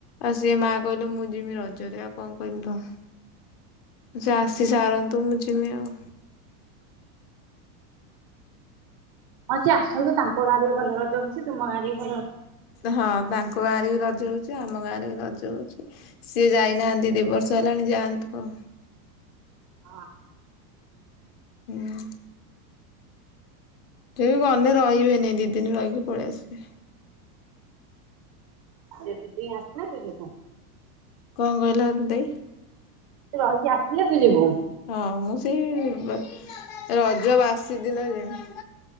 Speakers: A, on the left; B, on the right.
A: ଯେ ମାଆ କହିଲେ ମୁଁ ଯିମି ରଜରେ ଆଉ କଣ କହିିମି ତାଙ୍କୁ। ଯା ଆସି ସାରନ୍ତୁ ମୁଁ ଯିମି ଆଉ।
B: ହଁ ସେ ଆସନ୍ତୁ ତାଙ୍କ ଗାଁରେ ବି ଭଲ ରଜ ହଉଛି। ତୁମ ଗାଁରେ ବି ଭଲ
A: ହଁ ତାଙ୍କ ଗାଁରେ ବି ରଜ ହଉଛି ଆମ ଗାଁରେ ବି ରଜ ହଉଛି। ସିଏ ଯାଇନାହାନ୍ତି ଦିଇ ବର୍ଷ ହେଲାଣି ଯାଆନ୍ତୁ ଆଉ।
B: ହଁ।
A: ହୁଁ। ସିଏ ଗନେ ରହିବେନି ଦି ଦିନ ରହିକି ପଳେଇ ଆସିବେ।
B: ସେ ଯଦି ଆସିଲେ ତୁ ଯିବୁ।
A: କଣ କହିଲ ଦେଇ।
B: ସେ ରହିକି ଆସିଲେ ତୁ ଯିବୁ।
A: ହଁ ମୁଁ ସେଇ ର ରଜ ବାସିଦିନ ଯିମି।